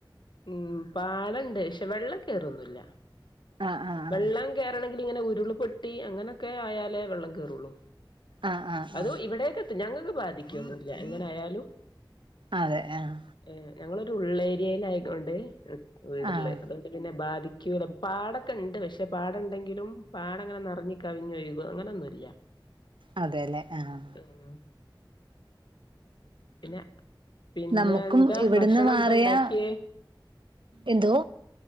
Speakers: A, on the left; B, on the right.
A: ഉം പാലണ്ട് ക്ഷെ വെള്ളം കേറൊന്നുല്ല
B: ആഹ് ആഹ്
A: വെള്ളം
B: ആഹ്
A: കേറണങ്കില് ഇങ്ങനെ ഉരുള് പൊട്ടി അങ്ങനൊക്കെ ആയാലേ വെള്ളം കേറൊള്ളൂ.
B: ആഹ് ആഹ്
A: അത്
B: ആഹ്
A: ഇവടേക്കെത്തും ഞങ്ങക്ക് ബാധിക്കൊന്നുല്ല എങ്ങനായാലും.
B: അതെ ആഹ്
A: ഏഹ് ഞങ്ങളൊരു ഉള്ളേരിയേല് ആയ്കൊണ്ട് വീട്ള്ളത്
B: ആഹ്
A: അതൊ ണ്ട് പിന്നെ ബാധിക്കൂല്ല പാടക്കെണ്ട് പഷെ പാടണ്ടങ്കിലും പാടങ്ങനെ നെറഞ്ഞ് കവിഞ്ഞൊഴുകോ അങ്ങനൊന്നുല്ല.
B: അതെലേ ആഹ്.
A: ഉം പിന്നെ പിന്നെ
B: നമ്മുക്കും
A: എന്താ
B: ഇവടെന്ന്
A: ഭക്ഷണം
B: മാറിയാ
A: എന്താ ഉണ്ടാക്കിയേ
B: എന്തോ?